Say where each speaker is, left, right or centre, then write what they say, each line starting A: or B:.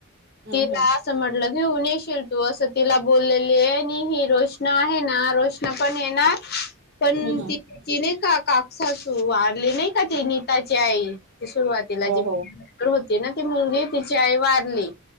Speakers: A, on the right; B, on the left.
A: हम्
B: तिला असं म्हटलं हे उ नशील तू असं तिला बोललेली आहे आणि ही रोशना आहे ना रोशन पण येणार पण.
A: हम्
B: ती नाही का काासू वारली नाही का ती नीताची आई त सुरुवात. तिला
A: हो
B: जी
A: हो
B: होती ना ती मुलगी तिची आई वारली.